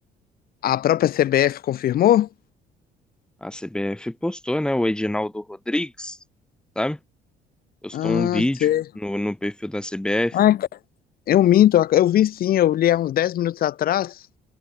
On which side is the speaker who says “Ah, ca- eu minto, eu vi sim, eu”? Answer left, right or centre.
Left